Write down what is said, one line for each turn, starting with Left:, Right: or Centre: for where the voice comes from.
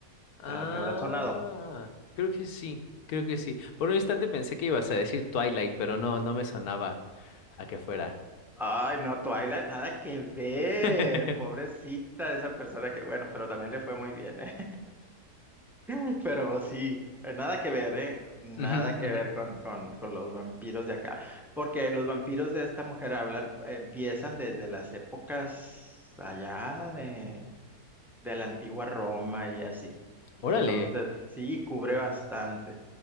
Left: Ah,
Centre: te, te habrá sonado.
Left: creo que sí, creo que sí. Por un instante pensé que ibas a decir Twilight, pero no, no me sonaba a que fuera.
Centre: Ay, no, Twilight, nada que ver,
Left: <laughs>
Centre: pobrecita de esa persona que, bueno, pero también le fue muy bien, ¿eh? <laughs> Pero sí, eh, nada que ver, ¿eh? Nada
Left: Ujú,
Centre: que
Left: ujú.
Centre: ver con, con, con los vampiros de acá. Porque los vampiros de esta mujer hablan, empiezan desde las épocas allá de, de la antigua Roma y así. Entonces,
Left: Órale.
Centre: sí, cubre bastante.